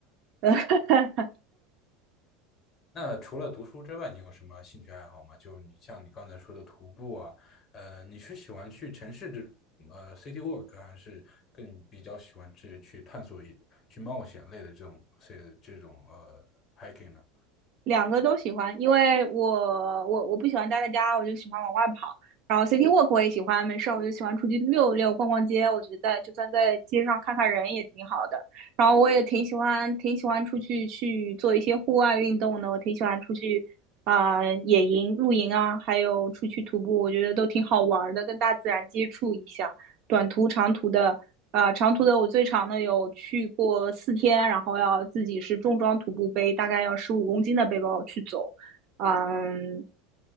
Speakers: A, on the right; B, on the left.
A: 呃，<laughs>
B: 那除了读书之外，你有什么兴趣爱好吗？就你像你刚才说的徒步啊，呃，你是喜欢去城市这种呃 city walk，还是更比较喜欢去去探索一去冒险类的这种这这种呃 hiking 呢？
A: 两个都喜欢，因为我我我不喜欢待在家，我就喜欢往外跑。然后 city walk 我也喜欢，没事我就喜欢出去溜一溜、逛逛街。我觉得就算在街上看看人也挺好的。然后我也挺喜欢，挺喜欢出去去做一些户外运动的。我挺喜欢出去啊、呃野营、露营啊，还有出去徒步，我觉得都挺好玩的，跟大自然接触一下。短途、长途的。呃，长途的我最长的有去过四天，然后要自己是重装徒步背，大概要十五公斤的背包去走。嗯，